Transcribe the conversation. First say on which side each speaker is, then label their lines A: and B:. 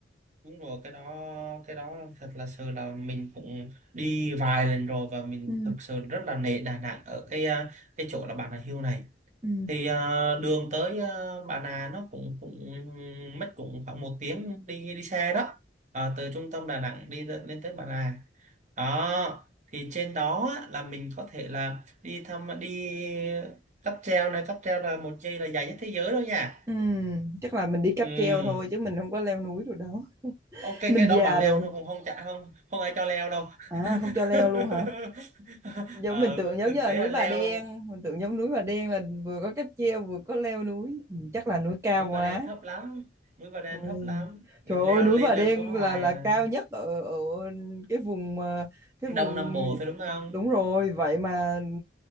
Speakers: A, on the right; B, on the right.
A: đúng rồi cái đó cái đó thật là sự là mình cũng đi vài lần rồi và mình
B: ừ
A: thực sự rất là nể Đà Nẵng ở cái à, cái chỗ là Bà Nà Hills này
B: ừ
A: thì à, đường tới à, Bà Nà nó cũng cũng mất cũng khoảng một tiếng đi đi xe đó Ờ, từ trung tâm Đà Nẵng đi lên lên tới Bà Nà đó thì trên đó á, là mình có thể là đi thăm đi cáp treo này cáp treo là một dây là dài nhất thế giới đâu nha
B: Ừ, chắc là mình đi cáp
A: ừ.
B: treo thôi chứ mình không có leo núi được đâu. <laughs>
A: ok cái
B: Mình già
A: đó bạn leo
B: rồi.
A: nó cũng không chả không không ai cho leo đâu
B: À, không
A: <laughs>
B: cho leo luôn hả? Giống
A: Ờ,
B: mình tưởng giống
A: thực
B: như là
A: tế
B: núi
A: là leo
B: Bà Đen, mình tưởng giống núi Bà Đen là vừa có cáp treo vừa có leo núi. Ừ, chắc là núi cao
A: núi Bà
B: quá.
A: Đen thấp lắm núi Bà Đen
B: Ôi.
A: thấp lắm mình
B: Trời ơi,
A: leo
B: núi
A: lên
B: Bà
A: leo
B: Đen
A: xuống hoài
B: là là
A: à.
B: cao nhất ở ở cái vùng mà- cái
A: Đông
B: vùng
A: Nam Bộ thôi đúng không
B: đúng rồi, vậy mà